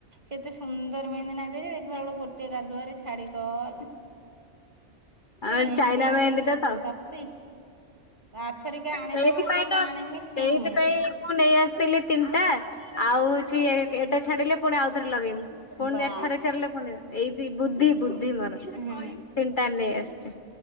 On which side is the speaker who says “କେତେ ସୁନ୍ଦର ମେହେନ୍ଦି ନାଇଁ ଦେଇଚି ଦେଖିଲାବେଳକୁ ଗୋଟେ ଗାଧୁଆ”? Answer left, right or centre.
Right